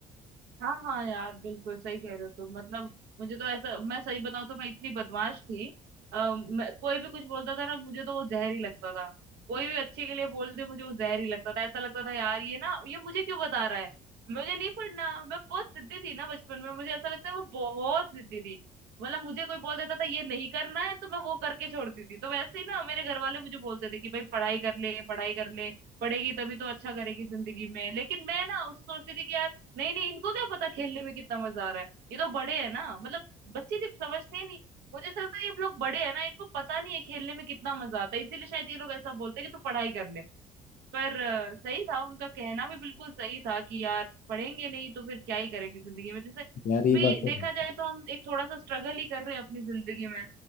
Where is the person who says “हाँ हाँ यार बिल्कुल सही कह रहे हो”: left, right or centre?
Right